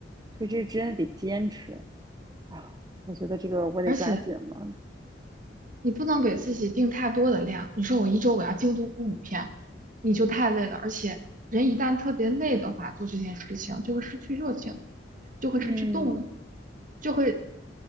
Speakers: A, on the right; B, on the right.
A: 所以这真的得坚持啊！我觉得这个我得抓紧了。
B: 而且。你不能给自己定太多的量。你说我一周我要精读五篇，你就太累了。而且人一旦特别累的话，做这件事情就会失去热情，就会失去动力，
A: 嗯，
B: 就会